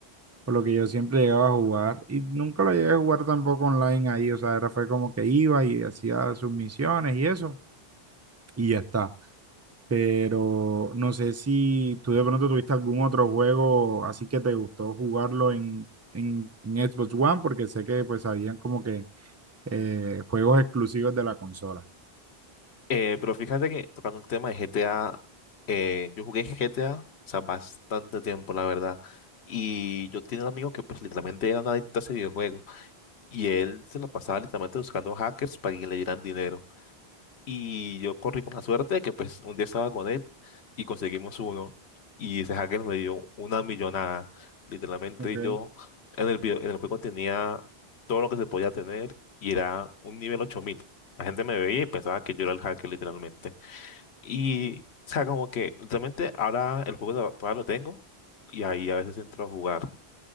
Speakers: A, on the right; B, on the left.
A: por lo que yo siempre llegaba a jugar. Y nunca lo llegué a jugar tampoco online ahí. O sea, era fue como que iba y hacía sus misiones y eso, y ya está pero no sé si tú de pronto tuviste algún otro juego así que te gustó jugarlo en, en, en Xbox One, porque sé que pues habían como que eh, juegos exclusivos de la consola.
B: Eh, pero fíjate que tocando el tema de GTA, eh, yo jugué GTA, o sea, bastante tiempo, la verdad. Y yo tenía un amigo que pues literalmente era un adicto a ese videojuego y él se la pasaba literalmente buscando hackers para que le dieran dinero. Y yo corrí con la suerte de que pues un día estaba con él y conseguimos uno. Y ese hacker me dio una millonada. Literalmente
A: Ok.
B: yo en el video, en el juego tenía todo lo que se podía tener y era un nivel ocho mil La gente me veía y pensaba que yo era el hacker literalmente. Y o sea, como que literalmente ahora el juego to- todavía lo tengo y ahí a veces entro a jugar.